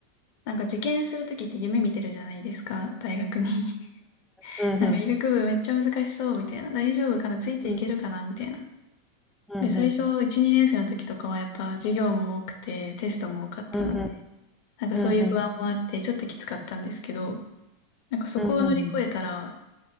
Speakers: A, on the left; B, in the centre.
A: なんか受験するときって夢見てるじゃないですか、大学に。<laughs>
B: うんうんうん。
A: なんか医学部めっちゃ難しそう、みたいな。大丈夫かなついていけるかなみたいな。
B: うんうんうん。
A: で、最初1、2年生の時とかはやっぱ授業も多くて、テストも多かったので、
B: うんうん。
A: なんかそういう不安もあって、
B: うんうん。
A: ちょっときつかったんですけど、なんかそこを乗り越えたら、
B: うんうん。